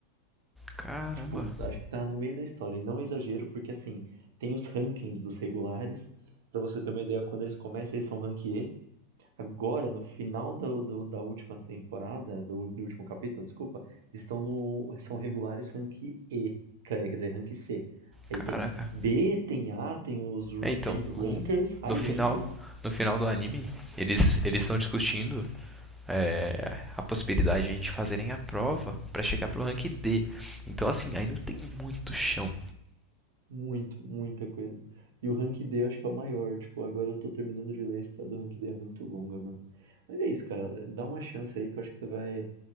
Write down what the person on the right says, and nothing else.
Tipo, acho que tá no meio da história. E não é exagero, porque assim, tem os rankings dos regulares. Pra você ter uma ideia, quando eles começam, eles são rank E. Agora, no final do, do- da última temporada, do, do último capítulo, desculpa, eles estão no. São regulares rank E. Quer quer dizer, rank C. Aí
tem B, tem A, tem os ra-
rankers, high
rankers,
Muito, muita coisa. E o Rank D eu acho que é o maior, tipo, agora eu tô terminando de ler a história do Rank D, é muito longa, mano. Mas é isso, cara, dá uma chance aí que eu acho que você vai,